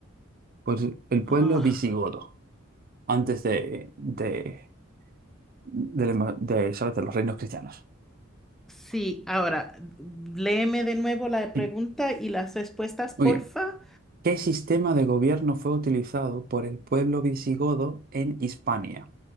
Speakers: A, on the right (about 45°); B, in the centre.
A: Por el pueblo
B: Ah,
A: visigodo, antes de, de, del ema- de, ¿sabes? de los reinos cristianos.
B: Sí, ahora, léeme de nuevo la
A: Sí.
B: pregunta y las respuestas, porfa.
A: Muy bien. ¿Qué sistema de gobierno fue utilizado por el pueblo visigodo en Hispania?